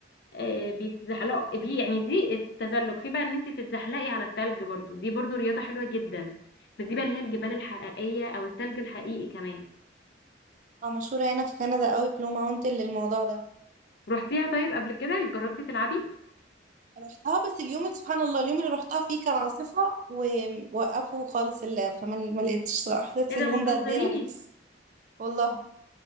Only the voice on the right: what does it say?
اه مشهورة هنا في كندا قوي بلو ماونتن للموضوع ده
رحتها بس اليوم اللي- سبحان الله اليوم اللي رحتها فيه كان عاصفة ووقفوا خالص اللعب فما ما لقيتش صراحة حسيت
اليوم
ده قد ايه انا نفسي والله